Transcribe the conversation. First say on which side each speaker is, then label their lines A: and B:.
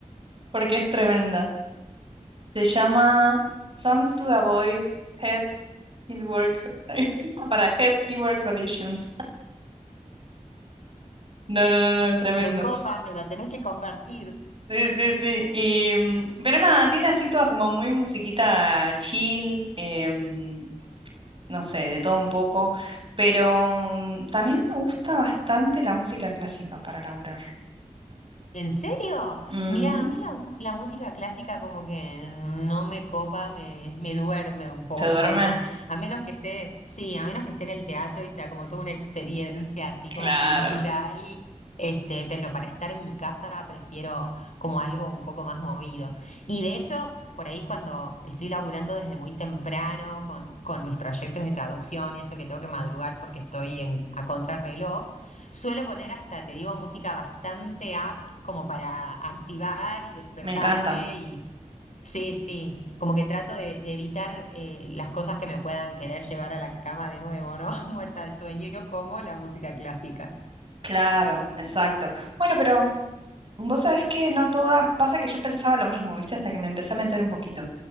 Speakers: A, on the right; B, on the left.
A: porque es tremenda. Se llama Songs to Avoid Head Keyword Co- <laughs> para Head Keyword Collisions. No, no, no, no, tremendo.
B: Me copa, me lo tenés que compartir.
A: Sí, sí, sí. Y, mm, pero nada, tiene así toda como muy musiquita chill. em, no sé, de todo un poco, pero mm, también me gusta bastante la música clásica para laburar.
B: ¿En serio?
A: Ujú.
B: Mira, a mí la, mus- la música clásica como que no me copa, me, me duerme un poco,
A: ¿Te duerme?
B: ¿no? A menos que esté, sí, a menos que esté en el teatro y sea como toda una experiencia así
A: Claro,
B: como cultural, este, pero para estar en mi casa prefiero como algo un poco más movido. Y de hecho, por ahí cuando estoy laburando desde muy temprano con, con mis proyectos de traducción y eso que tengo que madrugar porque estoy en, a contrarreloj, Suelo poner hasta, te digo, música bastante up como para activar y despertarme
A: me encanta,
B: y sí, sí, como que trato de, de evitar eh, las cosas que me puedan querer llevar a la cama de nuevo, ¿no? <laughs> Muerta de sueño como la música clásica.
A: claro, exacto. Bueno, pero vos sabés que no toda, pasa que yo pensaba lo mismo, ¿viste? Hasta que me empecé a meter un poquito.